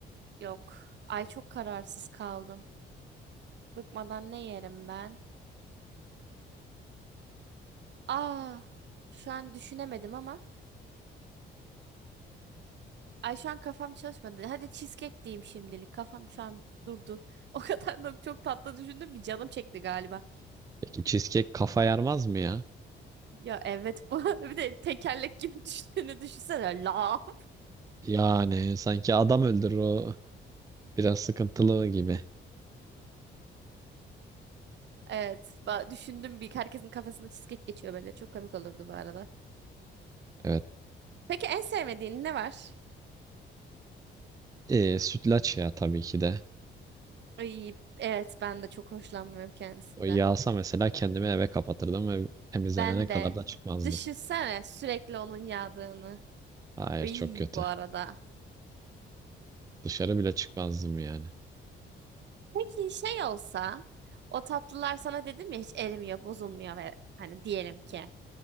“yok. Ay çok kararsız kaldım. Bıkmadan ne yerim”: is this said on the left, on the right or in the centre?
Right